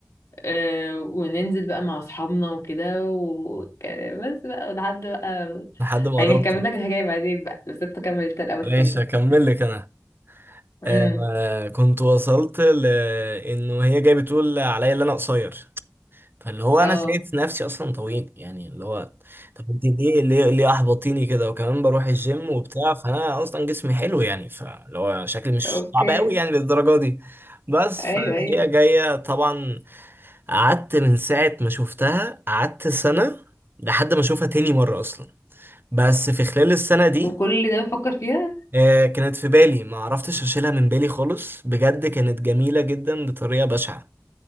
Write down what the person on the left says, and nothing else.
آه وننزل بقى مع اصحابنا وكده وك- بس بقى لحد بقى
يعني
هكمل لك الحكاية بعدين بقى بس انت كملت الأول
حكايتك
امم
اه
اوكي
ايوه
ايوه
وكل ده بفكر فيها